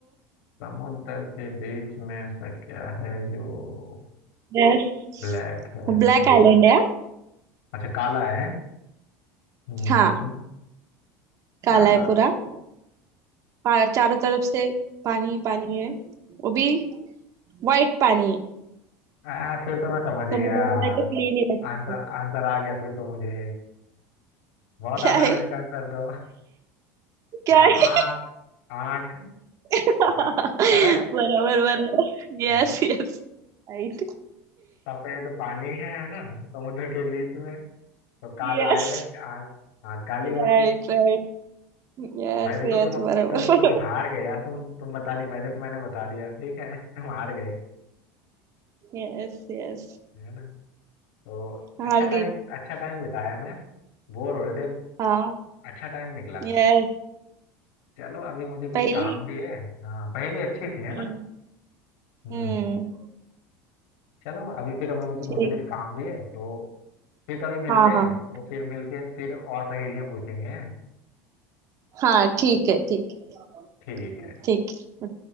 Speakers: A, on the left; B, on the right.
A: समुद्र के बीच में ऐसा क्या है जो
B: यस
A: ब्लैक है
B: ब्लैक
A: एक मिनट
B: आइलैंड है
A: अच्छा काला है हम्म,
B: हाँ काला
A: काला
B: है पूरा
A: तो
B: पा- चारों तरफ से पानी ही पानी है वो भी व्हाइट पानी है
A: आ, फिर तो मैं समझ गया
B: समुद्र का तो क्लीन ही रहता
A: आंसर
B: है
A: आंसर आ गया फिर तो मुझे बहुत
B: क्या
A: आसान
B: है
A: है इसका आंसर तो
B: क्या
A: आ, आँख
B: है
A: आँख
B: <laughs>
A: है करेक्ट
B: बराबर बराबर Yes
A: हाँ।
B: yes Right
A: सफेद पानी है है ना समुद्र के बीच में तो काला
B: Yes
A: आइलैंड आँख आँख काली
B: Right
A: होती है
B: right Yes
A: भाई देखो
B: yes
A: तुम
B: बराबर
A: तुम
B: बराबर।
A: तुम हार गए यार तुम तुम बता नहीं पाए देखो मैंने बता दिया ठीक है <laughs> तुम हार गए
B: Yes yes
A: है ना तो
B: हार
A: अच्छा टाइम
B: गई
A: अच्छा टाइम बिताया ना बोर हो रहे थे
B: हाँ
A: अच्छा टाइम निकला
B: यस
A: चलो अभी मुझे कुछ
B: पहली
A: काम भी है हाँ पहले अच्छी थी है
B: हम्म
A: ना हम्म
B: हम्म,
A: चलो अभी फिर हमें मुझे,
B: ठीक
A: मुझे कुछ काम भी है तो फिर कभी मिलते
B: हाँ
A: हैं
B: हाँ
A: तो फिर मिलके फिर और पहेलियां पूछेंगे हैं?
B: हाँ ठीक है ठीक है,
A: ठीक है
B: ठीक है।